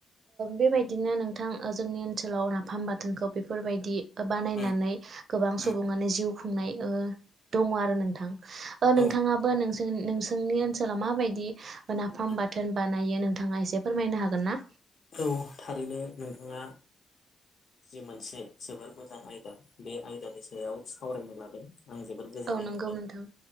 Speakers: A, on the right; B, on the left.
A: बेबायदिनो नोंथां जोंनि ओनसोलाव नाफाम बाथोनखौ बेफोरबायदि बानायनानै
B: उम
A: गोबां
B: उम
A: सुबुङानो जिउ खुंनाय दङ आरो नोंथां ओ नोंथाङाबो
B: औ
A: नों नोंसोरनि ओनसोलाव माबायदि नाफाम
B: उम
A: बाथोन बानायो नोंथाङा एसे फोरमायनो हागोन ना
B: औ थारैनो नोंथाङा जि मोनसे जोबोर मोजां आयदा बे आयदानि सायाव सावरायनो लादों आं जोबोद गोजोननाय
A: औ नंगौ
B: मोनदों
A: नोंथां